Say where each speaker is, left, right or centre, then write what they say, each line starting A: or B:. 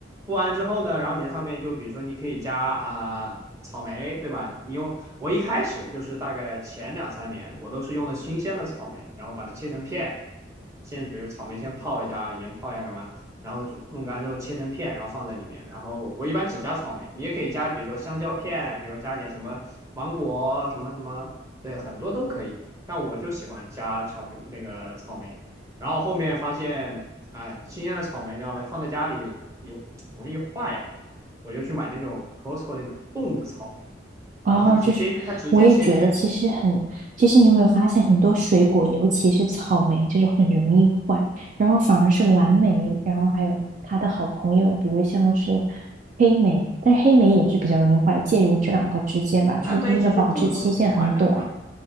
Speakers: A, on the right (about 15°); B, on the right (about 40°).
A: 敷完之后呢，然后你在上面就比如说你可以加啊、草莓，对吧？你用我一开始就是大概前两三年，我都是用的新鲜的草莓，然后把它切成片，先比如草莓先泡一下，盐泡一下干嘛？然后弄干之后切成片，然后放在里面。然后我一般只加草莓，你也可以加，比如说香蕉片，比如加点什么芒果什么什么，对，很多都可以。但我就喜欢加巧克力那个草莓。然后后面发现，哎，新鲜的草莓你知道吗？放在家里有容易坏，我就去买那种 Costco 那种冻的草莓，
B: 哦，
A: 然后它直接它直接切片。
B: 就是我也觉得其实很，其实你有没有发现很多水果，尤其是草莓这种很容易坏，然后反而是蓝莓，然后还有他的好朋友，比如像是黑莓，但是黑莓也是比较容易坏，介于这两个之间吧，
A: 蓝莓其实不怎么容易坏，
B: 就是它们的保质期限很短。
A: 蓝莓